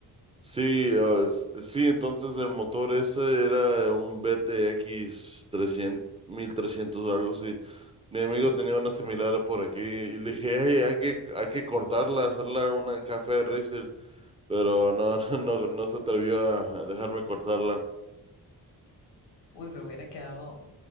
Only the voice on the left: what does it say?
Uy, pero hubiera quedado